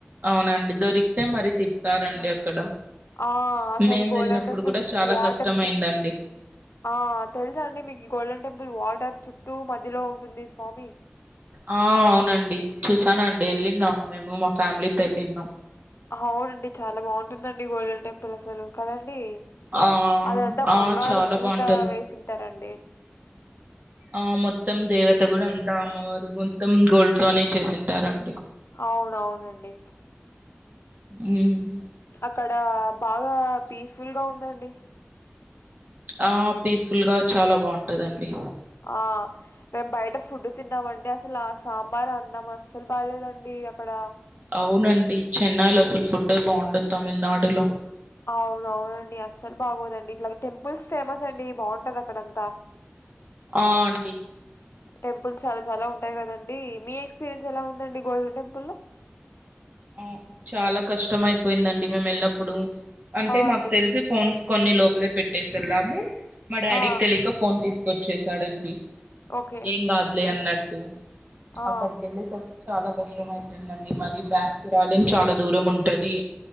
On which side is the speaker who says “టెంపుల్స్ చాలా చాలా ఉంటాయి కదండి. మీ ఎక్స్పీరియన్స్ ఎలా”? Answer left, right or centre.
Left